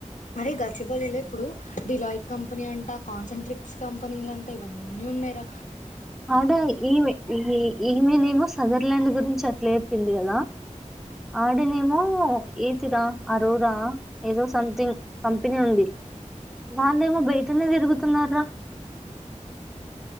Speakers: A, on the left; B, in the centre.
A: మరే గచ్చిపలిలో ఇప్పుడు డిలాయిట్ కంపెనీ అంట కాన్సన్ట్రేట్స్ కంపెనీలు అంటా ఇవన్నీ ఉన్నాయిరా
B: అడా ఈ ఈ మలిమో సగ ఇట్లాండ్ గురించి అట్లా చెప్పింది కదా ఆడిని ఏతిరా అరోరా ఏదో సంథింగ్ కంపెనీ ఉంది మా అన్న ఏమో బె అంటనే తిరుగుతున్నారా
A: ఉమ్